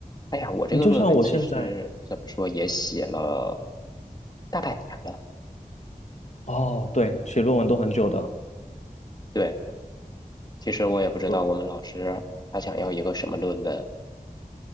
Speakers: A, on the left; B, on the left.
A: 哎呀，我这个论文其实怎么说也写了
B: 你就像我现在，
A: 大半年了。
B: 哦，对，写论文都很久的，
A: 对，其实我也不知道我们老师他想要一个什么论文。
B: 对，